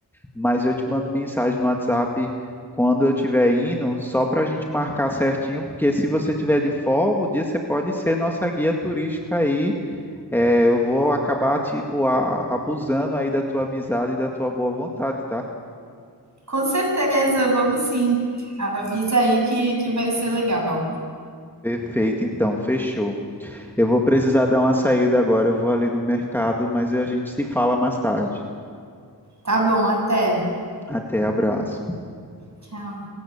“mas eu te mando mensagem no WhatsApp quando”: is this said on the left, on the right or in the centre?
Centre